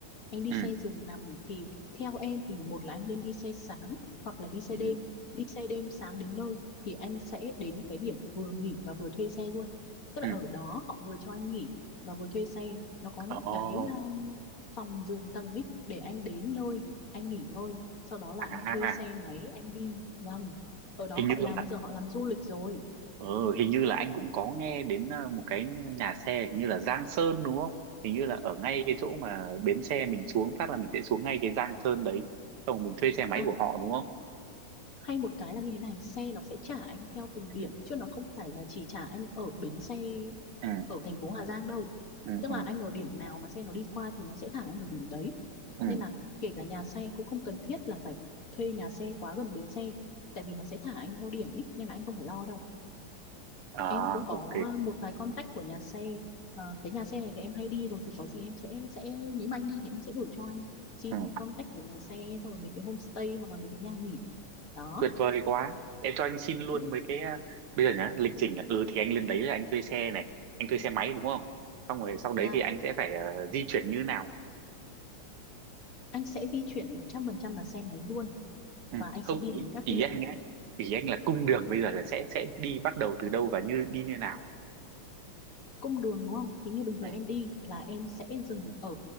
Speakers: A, on the left; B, on the right.
A: Anh đi
B: Ừ.
A: xe giường nằm thì theo em thì một là anh nên đi xe sáng hoặc là đi xe
B: ừ
A: đêm. Đi xe đêm sáng đến nơi thì anh sẽ đến cái điểm vừa nghỉ và vừa thuê xe luôn. Tức là
B: ừ
A: ở đó họ vừa cho anh nghỉ và vừa thuê xe. Nó có những
B: Ồ,
A: cái um, phòng giường tầng ấy để anh đến nơi, anh nghỉ ngơi, sau đó là
B: à
A: anh thuê xe máy anh đi. Vâng ở đó
B: hình như
A: họ
B: là
A: làm giờ họ làm du lịch rồi
B: ừ, hình như là anh cũng có nghe đến ờ, một cái nhà xe hình như là Giang Sơn đúng không hình như là ở ngay cái chỗ mà bến xe mình xuống phát là mình sẽ xuống ngay cái Giang Sơn đấy xong rồi mình thuê xe máy
A: à
B: của họ đúng không
A: hay một cái là như thế này xe nó sẽ trả anh theo từng
B: ừ
A: điểm chứ nó không phải là chỉ trả anh ở bến xe
B: ừ
A: ở thành phố Hà Giang đâu
B: ừ
A: tức
B: ừ
A: là anh ở điểm nào mà xe nó đi qua thì nó sẽ thả anh ở điểm đấy
B: ừ.
A: nên là kể cả nhà xe cũng không cần thiết là phải thuê nhà xe quá gần bến xe tại vì nó sẽ thả anh theo điểm ấy nên là anh không phải lo đâu
B: à
A: em cũng có
B: ok
A: một vài contact của nhà xe Ờ, cái nhà xe này thì em hay đi rồi thì có gì em sẽ sẽ nếu mà anh đi thì em sẽ gửi cho anh xin
B: ừ.
A: contact của nhà xe xong rồi mấy cái homestay hoặc là mấy cái nhà nghỉ đó
B: tuyệt vời quá em cho anh xin luôn
A: Ừ.
B: mấy cái ờ, bây giờ nhá lịch trình là ừ thì anh lên đấy là anh thuê xe này anh thuê xe máy đúng không xong rồi sau đấy
A: dạ
B: thì anh sẽ phải ờ, di chuyển như nào
A: anh sẽ di chuyển 100% là xe máy luôn
B: Ừ.
A: và anh
B: Không
A: sẽ đi
B: ý,
A: đến các
B: ý
A: điểm
B: anh ấy ý anh là cung đường bây giờ là sẽ sẽ đi bắt đầu từ đâu và như đi như nào
A: cung đường đúng không thì như bình thường
B: ừ
A: em đi là em sẽ dừng ở